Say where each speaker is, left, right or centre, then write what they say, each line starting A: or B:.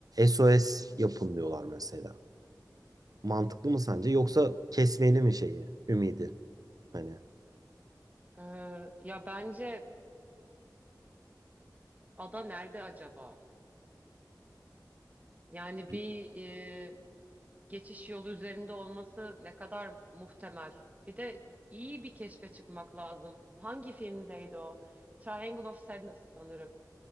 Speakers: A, on the right (about 60°); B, on the right (about 20°).
A: SOS yapın diyorlar mesela. Mantıklı mı sence? Yoksa kesmeli mi şeyi, ümidi? Hani
B: Ee, ya bence ada nerede acaba? Yani
A: bir-
B: bir e, geçiş yolu üzerinde olması ne kadar muhtemel. Bir de iyi bir keşfe çıkmak lazım. Hangi filmdeydi o? Triangle of Sadness sanırım.